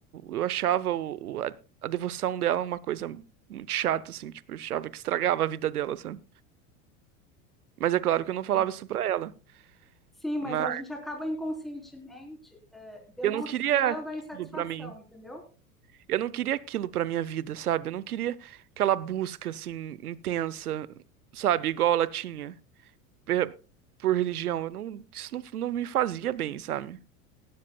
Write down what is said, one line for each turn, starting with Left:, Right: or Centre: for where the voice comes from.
Right: Eu achava o, o- a, a devoção dela uma coisa muito chata, assim. Tipo, eu achava que estragava a vida dela, sabe? Mas é claro que eu não falava
Centre: entendi.
Right: isso pra ela.
Centre: Sim, mas
Right: Mas
Centre: a gente acaba inconscientemente é, demonstrando
Right: eu não queria aquilo
Centre: a insatisfação,
Right: pra mim.
Centre: entendeu?
Right: Eu não queria aquilo pra minha vida, sabe? Eu não queria aquela busca, assim, intensa, sabe? Igual ela tinha per- por religião. Eu não, isso não, não me fazia bem, sabe?